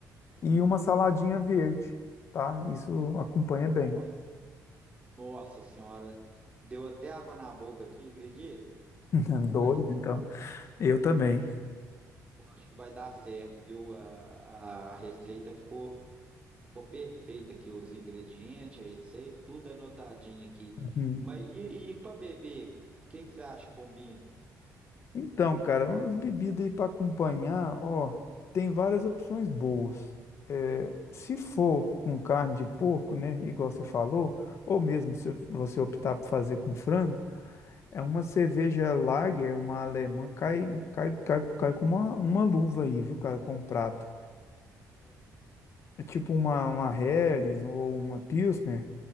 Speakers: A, on the left; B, on the right.
A: e uma saladinha verde, tá? Isso acompanha
B: Nossa,
A: bem.
B: nossa senhora, deu até água na boca aqui, acredita?
A: <laughs> Dois,
B: Vai, fi-
A: então. Eu também.
B: acho que vai dar certo, viu? A, a, a receita ficou, ficou perfeita aqui, os ingredientes, a receita, tudo anotadinho aqui.
A: <laughs>
B: Mas e, e para beber, o que que você acha que combina?
A: Então, cara, umas bebidas aí para acompanhar, ó, tem várias opções boas. É, se for com carne de porco, né, igual você falou, ou mesmo se você optar por fazer com frango, é uma cerveja Lager, uma alemã, cai, cai, cai, cai com uma, uma luva aí, viu, cara, com um prato. É tipo uma, uma Helles ou uma Pilsner,